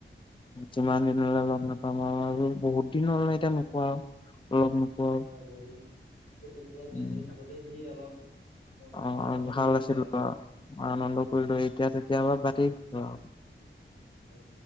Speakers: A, on the left; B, on the left.
A: যিমান দিনলৈ লগ নাপাম আৰু আৰু বহুত দিন হলে এতিয়া নোপোৱা আৰু। লগ নোপোৱা আৰু।
B: হয় বহুত দিন সেই তেতিয়াই জ্ঞানজীৱীত
A: উম।
B: থাকোতে যি অলপ।
A: অ
B: আনন্দ
A: ভাল
B: কৰিলো
A: আছিলো
B: আৰু
A: অ আনন্দ কৰিলো এতিয়া কেতিয়াবা পাৰ্টি হব আও
B: হয়